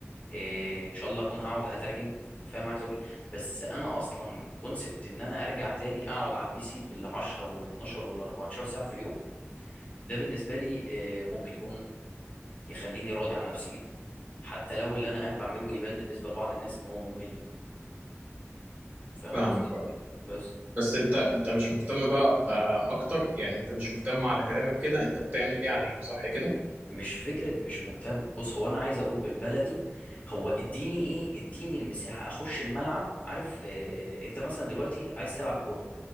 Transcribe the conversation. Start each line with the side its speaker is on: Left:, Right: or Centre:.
Left: إيه ان شاء الله اكون هقعد هترجم فاهم عايز اقول ايه بس انا اصلا كونسبت ان انا ارجع تاني اقعد على البي سي بال 10 وال 12 وال 14 ساعه في اليوم ده بالنسبه لي إيه ممكن يكون يخليني راضي عن نفسي جدا حتى لو اللي انا قاعد بعمله يبان بالنسبه لبعض الناس ان هو ممل فاهم
Right: فاهمك
Left: قصدي
Right: اه
Left: بس
Right: بس انت انت مش مهتم بقى آه اكتر يعني انت مش مهتم على كلامك كده انت بتعمل ايه عليه صح كده
Left: مش فكره مش مهتم بص هو انا عايز اقول بالبلدي هو اديني ايه اديني المساحه اخش الملعب عارف إيه إيه انت مثلا دلوقتي عايز تلعب كوره